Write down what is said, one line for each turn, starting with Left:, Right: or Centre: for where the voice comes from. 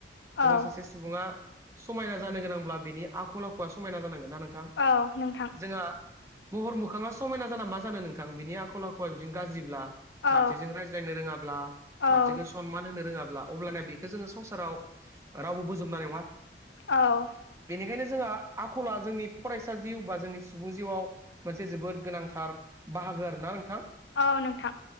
Right: जों
Left: औ
Right: सासे सुबुंङा समायना जानो गोनांब्ला बिनि आखल आखुआ समायना जानांगोन ना नोंथां
Left: औ नोंथां
Right: जोंहा महर मोखांङा समायना जाना मा जानो नोंथां बिनि आखल आखुआ जुदि गाज्रिब्ला
Left: औ
Right: मानसिजों रायज्लायनो रोंङाब्ला
Left: औ
Right: मानसिखौ सनमान होनो रोङाब्ला अब्लाना बे बेखौ जोंङो संसाराव रावबो बोजोबनाय नंङा
Left: औ
Right: बेनिखायनो जोंहा आखला जोंनि फरायसा जिउ बा जोंनि सुबुं जिउआव मोनसे जोबोद गोनांथार बाहागो आरोना नोंथां
Left: औ नोंथां